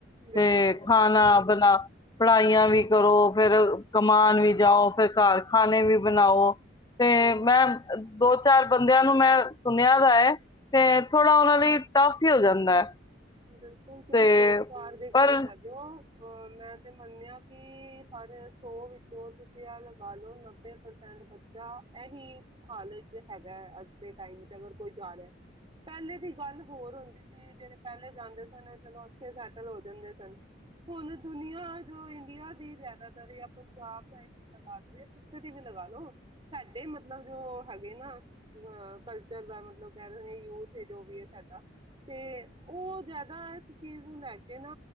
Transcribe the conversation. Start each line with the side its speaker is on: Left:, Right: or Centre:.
Right: ਬਿਲਕੁਲ
Left: ਤੇ
Right: ਸਹੀ ਕਹਿ
Left: ਖਾਣਾ
Right: ਰਹੇ ਹੋ
Left: ਬਣਾ ਪੜ੍ਹਾਈਆਂ ਵੀ ਕਰੋ ਫਿਰ ਕਮਾਨ ਵੀ ਜਾਓ, ਫਿਰ ਘਰ ਖਾਣੇ ਵੀ ਬਣਾਓ। ਤੇ
Right: ਬਿਲਕੁਲ
Left: ਮੈਂ ਦੋ ਚਾਰ ਬੰਦਿਆਂ ਨੂੰ ਮੈਂ ਸੁਣਿਆ ਦਾ ਹੈ ਤੇ ਥੋੜ੍ਹਾ ਉਹਨਾਂ ਲਈ ਟਫ ਹੀ ਹੋ ਜਾਂਦਾ ਹੈ।
Right: ਬਿਲਕੁਲ ਤੁਸੀਂ
Left: ਤੇ
Right: ਦੋ ਚਾਰ ਦੀ ਗੱਲ
Left: ਪਰ
Right: ਕਰਦੇ ਹੋ। ਔਰ ਮੈਂ ਤੇ ਮੰਨਿਆ ਕਿ ਅਰੇ ਸੋ ਵਿੱਚੋਂ ਤੁਸੀਂ ਆਹ ਲਗਾ ਲਓ ਨੱਬੇ ਪ੍ਰਸੈਂਟ ਬੱਚੇ ਤਾਂ ਇਹੀ ਹਾਲ ਚ ਹੈਗਾ ਹੈ, ਅੱਜ ਦੇ ਟਾਈਮ ਵਿੱਚ ਅਗਰ ਕੋਈ ਜਾ ਰਿਹਾ ਪਹਿਲੇ ਦੀ ਗੱਲ ਹੋਰ ਹੁੰਦੀ ਸੀ, ਜਿਹੜੇ ਪਹਿਲੇ ਜਾਂਦੇ ਸਨ ਚਲੋ ਉੱਥੇ ਸੈਟਲ ਹੋ ਜਾਂਦੇ ਸਨ, ਹੁਣ ਦੁਨੀਆਂ ਜੋ ਇੰਡੀਆ ਦੀ ਜ਼ਿਆਦਾਤਰ ਜਾਂ ਪੰਜਾਬ ਸਾਈਡ ਲਗਾ ਲਓ ਜਾਂ ਕਿੱਥੇ ਦੀ ਵੀ ਲਗਾ ਲਓ ਸਾਡੇ ਮਤਲਬ ਜੋ ਹੈਗੇ ਨਾ ਅ ਕਲਚਰ ਦਾ ਮਤਲਬ ਕਹਿ ਦਿੰਦੇ ਯੂਥ ਹੈ, ਜੋ ਵੀ ਹੈ ਸਾਡਾ ਤੇ ਉਹ ਜ਼ਿਆਦਾ ਇਸ ਚੀਜ਼ ਨੂੰ ਲੈ ਕੇ ਨਾ